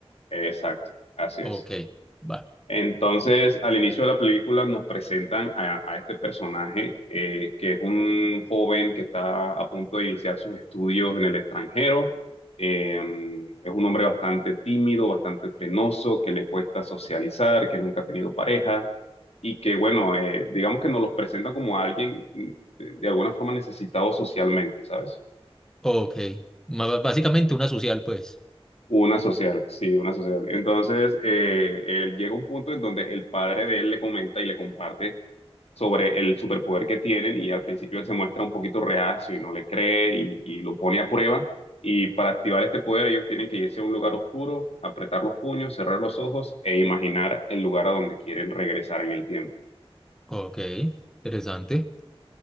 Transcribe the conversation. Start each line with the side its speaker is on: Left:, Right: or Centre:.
Left: Exacto, así
Centre: Ok,
Left: es.
Centre: va.
Left: Entonces, al inicio de la película nos presentan a, a este personaje, eh, que es un joven que está a punto de iniciar sus estudios en el extranjero. Eh, es un hombre bastante tímido, bastante penoso, que le cuesta socializar, que nunca ha tenido pareja y que, bueno, eh, digamos que nos los presenta como alguien mm, de de alguna forma necesitado socialmente, ¿sabes?
Centre: Ok. Ma- básicamente una social, pues.
Left: Una social, sí, una social. Entonces, eh, él llega un punto en donde el padre de él le comenta y le comparte sobre el superpoder que tienen y al principio él se muestra un poquito reacio y no le cree y, y lo pone a prueba. Y para activar este poder ellos tienen que irse a un lugar oscuro, apretar los puños, cerrar los ojos e imaginar el lugar a donde quieren regresar en el tiempo.
Centre: Ok, interesante.